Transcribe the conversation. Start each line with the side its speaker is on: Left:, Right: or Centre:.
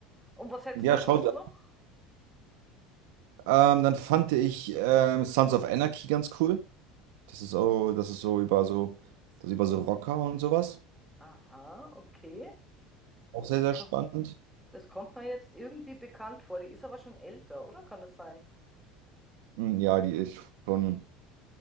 Centre: Und was hättest
Right: Ja,
Centre: du sonst
Right: schau dir.
Centre: noch?
Right: an. Ähm, dann fand ich ähm, Sons of Anarchy ganz cool. Das ist auch, das ist so über so, das ist über so Rocker und sowas.
Centre: Aha, okay.
Right: Auch
Centre: Das,
Right: sehr, sehr
Centre: ko
Right: spannend.
Centre: das kommt mir jetzt irgendwie bekannt vor. Die ist aber schon älter, oder? Kann das sein?
Right: Hm, Ja, die ist schon,